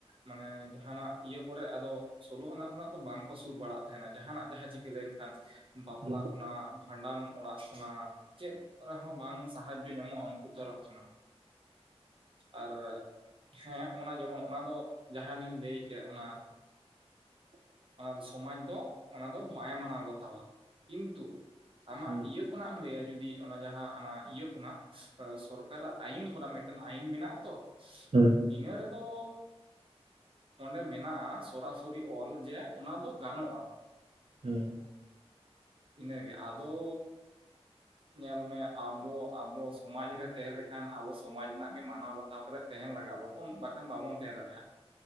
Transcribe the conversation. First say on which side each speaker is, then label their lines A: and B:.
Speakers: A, on the right; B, on the right.
A: ᱢᱟᱱᱮ ᱡᱟᱦᱟᱱᱟᱜ ᱤᱭᱟᱹ ᱠᱚᱨᱮ ᱟᱫᱚ ᱥᱳᱞᱳ ᱚᱱᱟ ᱠᱷᱚᱱᱟᱜ ᱫᱚ, ᱵᱟᱝᱠᱚ ᱥᱩᱨ ᱵᱟᱲᱟᱜ ᱛᱟᱦᱮᱱᱟ ᱡᱟᱦᱟᱱᱟᱜ ᱡᱟᱦᱟᱸ ᱪᱤᱠᱟᱹ ᱞᱮᱱᱠᱷᱟᱱ᱾ ᱵᱟᱯᱞᱟ
B: ᱦᱮᱸ
A: ᱠᱷᱚᱱᱟᱜ, ᱵᱷᱟᱸᱰᱟᱱ ᱚᱲᱟᱜ ᱠᱷᱚᱱᱟᱜ ᱪᱮᱫ ᱨᱮᱦᱚᱸ ᱵᱟᱝ ᱥᱟᱦᱟᱡᱚ ᱧᱟᱢᱚᱜᱼᱟ ᱩᱱᱠᱩ ᱛᱚᱨᱚᱯᱷ ᱠᱷᱚᱱᱟᱜ ᱟᱨ ᱦᱮᱸ ᱚᱱᱟ ᱡᱮᱢᱚᱱ ᱚᱱᱟ ᱫᱚ ᱡᱟᱦᱟᱸ ᱞᱤᱧ ᱞᱟᱹᱭᱠᱮᱜ ᱚᱱᱟ ᱚᱱᱟ ᱥᱚᱢᱟᱡᱽ ᱫᱚ ᱚᱱᱟ ᱫᱚ ᱵᱟᱭ ᱢᱟᱱᱟᱣ ᱵᱟᱛᱟᱣᱟ᱾ ᱠᱤᱱᱛᱩ ᱟᱢᱟᱜ
B: ᱦᱮᱸ
A: ᱤᱭᱟᱹ ᱚᱱᱟᱜ ᱮᱢ ᱞᱟᱹᱭᱟ ᱡᱩ ᱫᱤ ᱚᱱᱟ ᱡᱟᱦᱟᱸ ᱚᱱᱟ ᱤᱭᱟᱹ ᱠᱷᱚᱱᱟᱜ ᱥᱚᱨᱠᱟᱨᱟᱜ ᱟᱭᱤᱱ ᱠᱷᱚᱱᱟᱜ ᱢᱤᱫᱴᱟᱝ ᱟᱹᱤᱱ ᱢᱮᱱᱟᱜᱼᱟ ᱛᱚ
B: ᱦᱮᱸ
A: ᱤᱱᱟᱹ ᱨᱮᱫᱚ ᱚᱸᱰᱮ ᱢᱮᱱᱟᱜᱼᱟ ᱥᱚᱨᱟ ᱥᱚᱨᱤ ᱚᱞ ᱡᱮ ᱚᱱᱟ ᱫᱚ ᱜᱟᱱᱚᱜᱼᱟ᱾
B: ᱦᱩᱸ
A: ᱤᱱᱟᱹᱜᱮ ᱟᱫᱚ ᱧᱮᱞᱢᱮ ᱟᱵᱚ ᱟᱵᱚ ᱥᱚᱢᱟᱡ ᱨᱮ ᱛᱟᱦᱮᱸ ᱞᱮᱠᱷᱟᱱ ᱟᱵᱚ ᱥᱚᱢᱟᱡᱽ ᱨᱮᱱᱟᱜ ᱜᱮ ᱢᱟᱱᱟᱣ ᱵᱟᱛᱟᱣ ᱼᱼ ᱥᱟᱣ ᱠᱟᱛᱮᱫ ᱛᱟᱦᱮᱱ ᱞᱟᱜᱟᱜᱼᱟ ᱵᱟᱠᱷᱚᱱ ᱵᱟᱠᱷᱟᱱ ᱵᱟᱵᱚᱱ ᱛᱟᱦᱮᱸ ᱫᱟᱲᱮᱭᱟᱜᱼᱟ